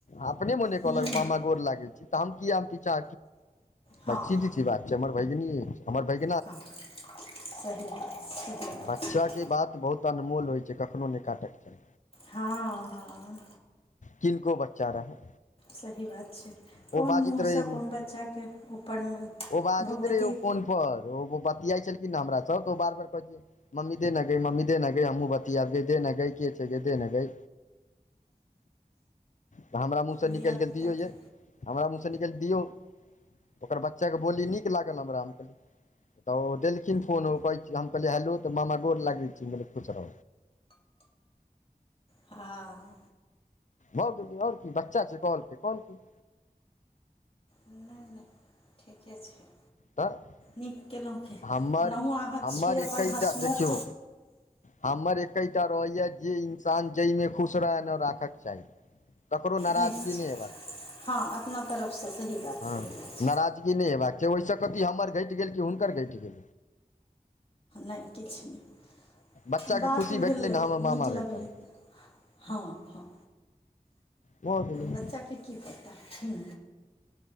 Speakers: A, on the left (about 55°); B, on the left (about 40°).
A: अपने मने
B: हूँ
A: कहलक मामा गोर लागैत छी। हम क पीछा
B: हँ
A: हटिये
B: हँ
A: बात छै हमर भगिनी हमर भग
B: <unintelligible> हँ सही बात सही बात।
A: बच्चा के बात बहुत अनमोल होइ छै कखनो नहि काटैके चाही।
B: हँ हँ
A: किनको बच्चा रहै।
B: सही बात छै कोन
A: ओ बाजैत
B: मुँहसँ
A: रहै ओ
B: कोन बच्चाके ऊपरमे
A: बाजैत
B: भगवती
A: रहै फोन ओ बतियाइ छलखिन हमरा स तऽ ओ बार बार कह मम्मी देने गै, मम्मी देने गै, हमहूँ बतियेबे आबे देने गै के छै गे देने गै। तऽ हमरा मूँहसँ
B: धियापुताके
A: निकलि गेल दियौ यए हमरा मूँहसँ निकलि गेल दियौ। ओकर बच्चाके बोली नीक लागल हमरा तऽ ओ देलखिन। फोन हो कहै छी हम कहलै हेलू तऽ मामा गोर लागै छी कुचो
B: हँ
A: भऽ गेलै आओर की बच्चा छै कहलके कहन की
B: नहि नहि ठीके छै।
A: तऽ
B: नीक कयलहुँ कि
A: हमर
B: ओनाहु अहाँ
A: हमर
B: छी अपन
A: एकैटा
B: हँसमुख।
A: देखियौ हमर एकैटा रहैया जे इन्सान जाहिमे खुश रहय नहि राखऽ के चाही। ककरो नाराजगी
B: निश्चित
A: नै हमर से
B: हँ अपना तरफसँ सही बात
A: <unintelligible>
B: सही
A: हँ
B: बात
A: नराज। नहि हेबाक छै ओहिसँ कथ हमर घटि गेल कि हुनकर घटि गेल।
B: नहि किछु नहि
A: बच्चाके
B: बात
A: खुशी
B: भेलै
A: भेटलै ने हमर
B: नीक
A: मामा
B: लगलै।
A: भेटल
B: हँ हँ
A: भऽ गेलै
B: बच्चाके की पता ह।